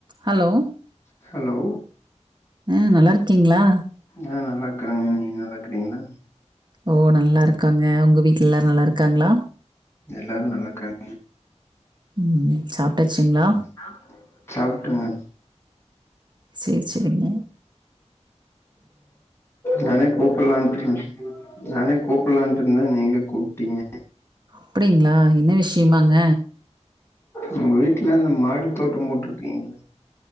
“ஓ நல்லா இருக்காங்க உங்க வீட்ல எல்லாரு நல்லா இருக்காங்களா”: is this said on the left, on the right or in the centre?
Right